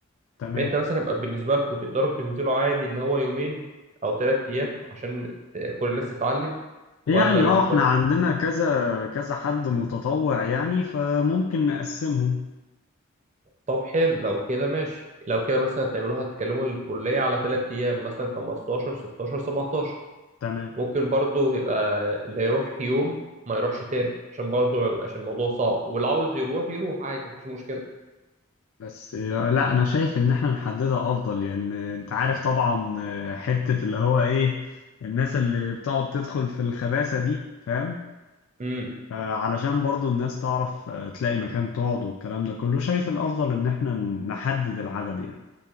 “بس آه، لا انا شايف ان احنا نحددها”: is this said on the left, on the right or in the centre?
Left